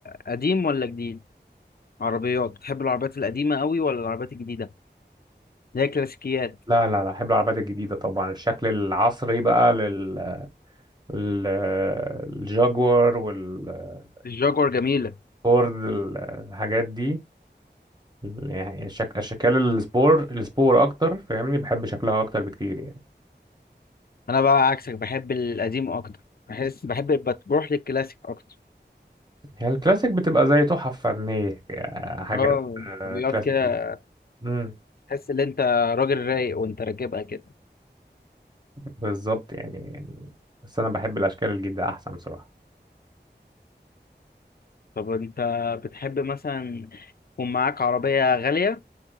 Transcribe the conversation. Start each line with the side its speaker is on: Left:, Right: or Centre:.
Left: قديم ولا جديد عربيات بتحب العربيات القديمه قوي ولا العربيات الجديده زي الكلاسيكيات
Right: لا لا لا احب العربيات الجديدة طبعا الشكل العصري بقى لل ال- الجاguار والفورد
Left: الجاكور جميله
Right: ال- الحاجات دي يعني شك... اشكال السبور السبور اكتر فاهمني بحب شكلها اكتر بكتير يعني
Left: انا بقى عكسك بحب القديم اكتر بحس بحب بتروح للكلاسيك اكتر
Right: هي الكلاسيك بتبقى زي تحف فنية يعني حاجات
Left: اه
Right: آه،
Left: عربيات
Right: كلاسيكية
Left: كده
Right: امم
Left: تحس ان انت راجل رايق وانت راكبها كده
Right: بالظبط يعني يعني بس انا بحب الاشكال الجديدة احسن بصراحة
Left: طب انت بتحب مثلا يكون معاك عربيه غاليه